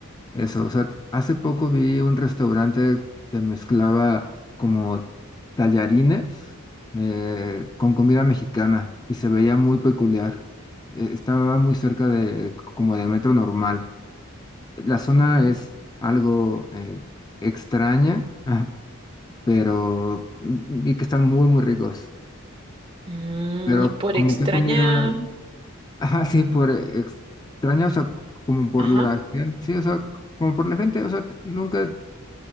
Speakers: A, on the left; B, on the right.
A: eso, o sea, hace poco vi un restaurante que mezclaba como tallarines eh, con comida mexicana y se veía muy peculiar. Eh, estaba muy cerca de como de metro normal. La zona
B: Oh.
A: es algo eh, extraña, ah, pero vi que están muy, muy ricos.
B: Mm,
A: Pero
B: y por
A: como
B: extraña.
A: qué comida, Ajá, sí, por extraña, o sea, como por
B: Ajá.
A: la gente, sí, o sea, como por la gente, o sea, nunca,